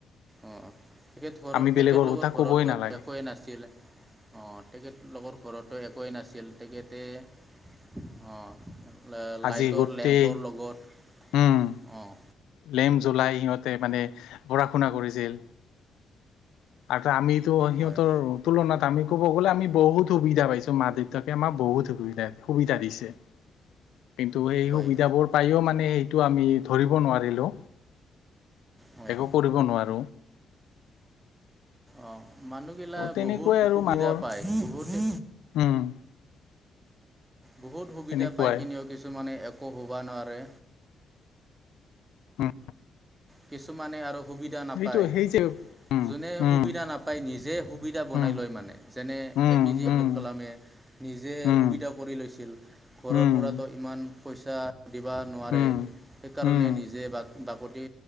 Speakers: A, on the right; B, on the left.
A: অ', তেখেত ঘৰত
B: আমি বেলেগৰ
A: তেখেত লগৰ
B: কথা কবই
A: ঘৰতটো
B: নালাগে
A: একোৱেই নাছিল? তেখেত লোকৰ ঘৰতো একোৱেই নাছিল। তেখেতে অ'।
B: আজি
A: লাইটৰ
B: গোটেই
A: লেম্পৰ লগত
B: উ'ম।
A: অঁ
B: লেম জ্বলাই সিহঁতে মানে পঢ়া শুনা কৰিছিল। আৰু আমিতিতো সিহঁতৰ
A: হয়
B: তুলনাত আমি ক'ব গ'লে, আমি বহুত সুবিধা পাইছো মা- দেউতাকে আমাক বহুত সুবিধা- সুবিধা দিছে। কিন্তু সেই
A: হয়
B: সুবিধাবোৰ পায়ও মানে সেইটো আমি ধৰিব নোৱাৰিলো।
A: হয়
B: একো কৰিব নোৱাৰো।
A: অঁ মানুহগিলা
B: অ তেনেকুৱাই
A: বহুত
B: আৰু
A: সুবিধা
B: মানুহৰ
A: পায়। বহুতে
B: উম
A: বহুত সুবিধা
B: তেনেকুৱাই
A: পাই কিনেিও কিছুমানে একো হ'বা নোৱাৰে
B: উম
A: কিছুমানে আৰু সুবিধা নাপায়।
B: সেইটো সেই যে
A: যোনে
B: উম
A: সুবিধা নাপায়, নিজে সুবিধা বনাই
B: উম
A: লয় মানে। যেনে
B: um
A: A, P, J Abdul
B: um
A: কালামে নিজে
B: উম
A: সুবিধা কৰি লৈছিল। ঘৰৰ
B: উম
A: পৰাতো ইমান পইচা দিবা নোৱাৰে।
B: উম
A: সেইকাৰণে
B: উম উম
A: নিজে বাক বাকতি